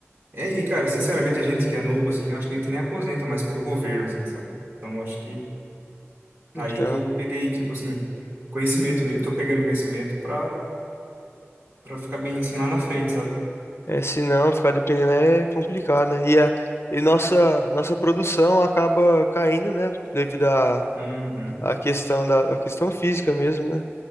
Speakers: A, on the right (about 50°); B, on the left (about 60°).
A: É, e, cara, sinceramente, a gente que é novo, assim, eu acho que a gente nem aposenta mais pelo governo, assim, sabe? Então, eu acho que
B: Então,
A: aí que eu peguei, tipo assim, conhecimento mesmo, tô pegando conhecimento para para ficar bem, assim, lá na frente, sabe?
B: é se não ficar dependendo é complicado, né? E a e nossa nossa produção acaba caindo, né, devido à
A: Uhum.
B: à questão da à questão física mesmo, né?